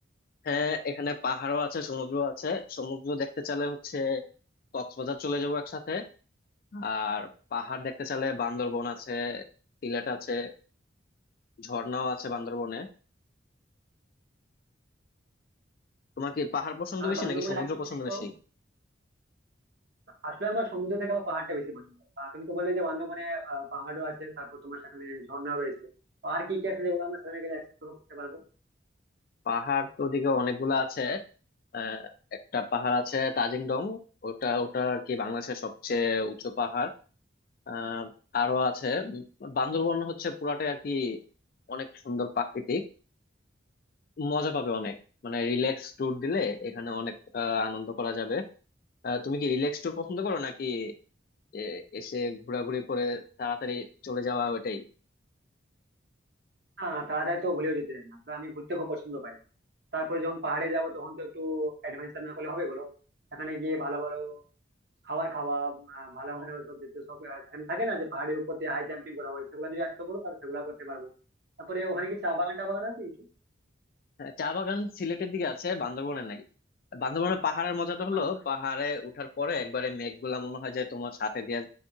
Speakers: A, on the left; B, on the right.
A: হ্যাঁ এখানে পাহাড়ও আছে সমুদ্র আছে সমুদ্র দেখতে চাইলে হচ্ছে কক্সবাজার চলে যাবো একসাথে আর পাহাড় দেখতে চাইলে বান্দরবন আছে সিলেট আছে ঝর্ণাও আছে বান্দরবনে তোমার কি পাহাড় পছন্দ
B: তাহলে
A: বেশি
B: বান্দরবনে
A: নাকি সমুদ্র
B: আর কি
A: পছন্দ
B: কি দেখতে
A: বেশি
B: পাবো আসলে আমার সমুদ্র থেকে আমার পাহাড়টা বেশি পছন্দ আহ, তুমি তো বললে যে বান্দরবনে আহ, পাহাড়ও আছে তারপর তোমার সেখানে ঝর্ণাও রয়েছে তো আর কি কি আছে যেগুলো আমরা সেখানে গেলে এক্সপ্লোর করতে পারবো
A: পাহাড় তো ওদিকে অনেকগুলো আছে আহ, একটা পাহাড় আছে তাজিং ডং ওটা ওটা আর কি বাংলাদেশের সবচেয়ে উঁচু পাহাড় আহ, আরো আছে উম, বান্দরবন হচ্ছে পুরাটাই আর কি অনেক সুন্দর প্রাকৃতিক মজা পাবে অনেক মানে রিল্যাক্স ট্যুর দিলে এখানে অনেক আহ, আনন্দ করা যাবে আহ, তুমি কি রিল্যাক্স ট্যুর পছন্দ করো নাকি এ, এসে ঘোরাঘুরি করে তাড়াতাড়ি চলে যাওয়া ওটাই
B: হ্যাঁ তাড়াতাড়ি তো ভুলেও যেতে চাই না আসলে আমি ঘুরতে খুব পছন্দ পাই তারপরে যখন পাহাড়ে যাব তখন তো একটু অ্যাডভেঞ্চার না করলে হবে বলো সেখানে গিয়ে ভালো ভালো খাবার খাওয়া আহ, ভালো ভালো সব যেতে সব আহ, সেখানে থাকে না যে পাহাড়ের উপর দিয়ে হাই জাম্পিং করা হয় সেগুলো যদি আসতে বলো তাহলে সেগুলো করতে পারবো তারপরে ওখানে কি চা বাগান টা বাগান আছে কিছু
A: হ্যাঁ, চা বাগান সিলেটের দিকে আছে বান্দরবনে নাই বান্দরবনের পাহাড়ের মজাটা
B: ওখানে
A: হলো পাহাড়ে উঠার পরে একবারে মেঘগুলা মনে হয় যে তোমার সাথে দিয়ে